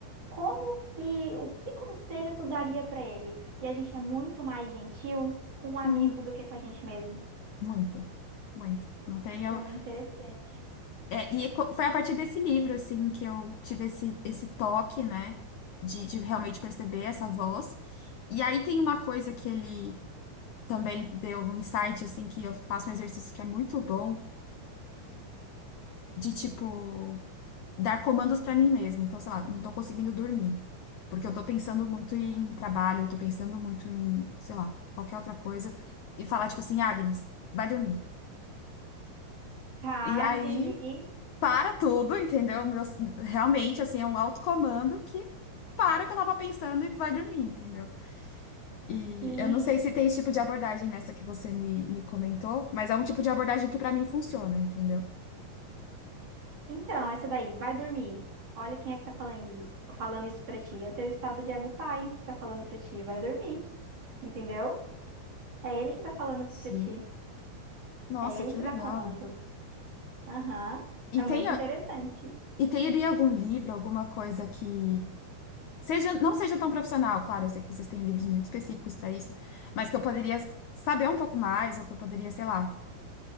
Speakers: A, on the right; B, on the left.
A: como que, o que conselho tu daria pra ele? E a gente é muito mais gentil com o amigo
B: Hum,
A: do que com a gente mesmo.
B: muito, muito. Não tem
A: Isso
B: eu...
A: é muito interessante.
B: é, e co- foi a partir desse livro, assim, que eu tive esse, esse toque, né? De, de realmente perceber essa voz. E aí tem uma coisa que ele também deu um insight, assim, que eu faço um exercício que é muito bom, de tipo, dar comandos pra mim mesma. Então, sei lá, não tô conseguindo dormir. Porque eu tô pensando muito em trabalho, eu tô pensando muito em, sei lá, qualquer outra coisa. E falar, tipo assim, Agnes, vai dormir.
A: Ah,
B: E aí,
A: entendi.
B: para tudo, entendeu? Meu, realmente, assim, é um autocomando que para o que eu tava pensando e vai dormir, entendeu? E
A: Sim.
B: eu não sei se tem esse tipo de abordagem nessa que você me, me comentou, mas é um tipo de abordagem que pra mim funciona, entendeu?
A: Então, essa daí, vai dormir. Olha quem é que tá falando, i- falando isso pra ti. É teu estado de ego pai que tá falando pra ti. Vai dormir. Entendeu? É ele que tá falando
B: Sim.
A: pra ti.
B: Nossa,
A: É ele
B: que
A: que
B: legal.
A: dá comando. Aham. É
B: E
A: muito
B: tem, a-
A: interessante.
B: e teria algum livro, alguma coisa que Seja, não seja tão profissional, claro, eu sei que vocês têm livros muito específicos para isso, mas que eu poderia saber um pouco mais, ou que eu poderia, sei lá,